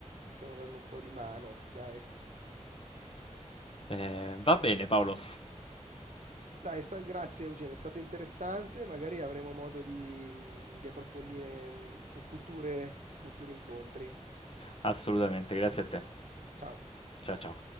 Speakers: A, on the right (about 80°); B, on the left (about 50°).
A: Stiamo dando un po' di mano, dai.
B: Eh, va bene, Paolo.
A: Dai, sta- grazie Eugenio, è stato interessante, magari avremo modo di, mh, di approfondire in future- futuri incontri.
B: Assolutamente, grazie a te.
A: Ciao.
B: Ciao, ciao.